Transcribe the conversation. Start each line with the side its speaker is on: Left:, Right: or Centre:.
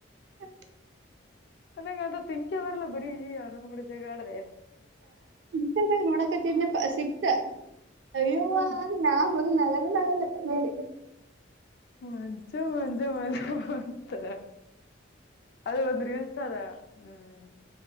Right: ಹ್ಮ <inaudible>
Left: ನನಂಗ ಅಂತ ತಿಂಕ ಬರ್ಲ್ಲಾ ಬರಿ ಆಡ ಕೂಡ ಜಗ ಆಡ್ರ
Right: ನಿಗ ನೋಡಕತಿದನಪ್ಪ ಸಿಕ್ತ ಅಯ್ಯೋ
Left: ಹ್ಮ
Right: ನಾ ಹ ನ ಹ <unintelligible>
Left: ಮಂಜ ಮಂಜ ಮಜ ಅಂತ ಅದು ಒಂದ್ ರೀಲ್ಸ್ ಅದ ಹ್ಮ್